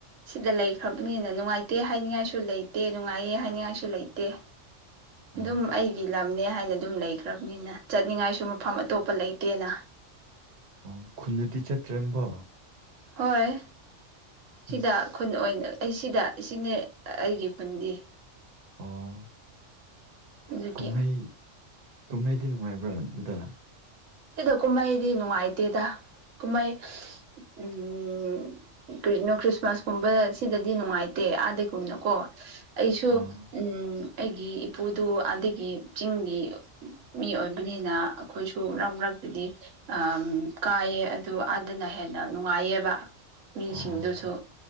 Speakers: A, on the right (about 80°); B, on the right (about 55°).
A: ꯁꯤꯗ ꯂꯩꯈ꯭ꯔꯕꯅꯤꯅ ꯅꯨꯡꯉꯥꯏꯇꯦ ꯍꯥꯏꯅꯤꯡꯉꯥꯏꯁꯨ ꯂꯩꯇꯦ ꯅꯨꯡꯉꯥꯏꯌꯦ ꯍꯥꯏꯅꯤꯡꯉꯥꯏꯁꯨ ꯂꯩꯇꯦ
B: <unintelligible>
A: ꯗꯨꯝ
B: ꯑꯁ
A: ꯑꯩꯒꯤ ꯂꯝꯅꯦ ꯍꯥꯏꯅ ꯑꯗꯨꯝ ꯂꯩꯈ꯭ꯔꯕꯅꯤꯅ ꯆꯠꯅꯤꯡꯉꯥꯏꯁꯨ ꯃꯐꯝ ꯑꯇꯣꯞꯄ ꯂꯩꯇꯦꯅ
B: ꯑꯣ ꯈꯨꯟꯗꯗꯤ ꯆꯠꯇ꯭ꯔꯦꯕꯣ
A: ꯍꯣꯏ ꯁꯤꯗ
B: ꯑꯁ
A: ꯈꯨꯟ ꯑꯣꯏꯅ ꯑꯩ ꯁꯤꯗ ꯁꯤꯅꯦ ꯑꯩꯒꯤ ꯈꯨꯟꯗꯤ
B: ꯑꯣ
A: ꯑꯗꯨꯒꯤ
B: ꯀꯨꯝꯍꯩ ꯀꯨꯝꯍꯩꯗꯤ ꯅꯨꯡꯉꯥꯏꯕ꯭ꯔꯥ ꯑꯗꯨꯗ
A: ꯁꯤꯗ ꯀꯨꯝꯍꯩꯗꯤ ꯅꯨꯡꯉꯥꯏꯇꯦꯗ ꯀꯨꯝꯍꯩ ꯎꯝ ꯀꯔꯤꯅꯣ ꯈ꯭ꯔꯤꯁꯃꯥꯁ ꯀꯨꯝꯕ ꯁꯤꯗꯗꯤ ꯅꯨꯡꯉꯥꯏꯇꯦ ꯑꯗꯥꯒꯨꯝꯅꯀꯣ ꯑꯩꯁꯨ
B: ꯑꯥ
A: ꯎꯝ ꯑꯩꯒꯤ ꯏꯄꯨꯗꯨ ꯑꯗꯒꯤ ꯆꯤꯡꯒꯤ ꯃꯤ ꯑꯣꯏꯕꯅꯤꯅ ꯑꯈꯣꯏꯁꯨ ꯃꯔꯛ ꯃꯔꯛꯇꯗꯤ ꯑꯥ ꯀꯥꯏꯌꯦ ꯑꯗꯨ ꯑꯥꯗꯅ ꯍꯦꯟꯅ ꯅꯨꯡꯉꯥꯏꯌꯦꯕ ꯃꯤꯁꯤꯡꯗꯨꯁꯨ
B: ꯑꯣ ꯑꯣ ꯍꯣꯏ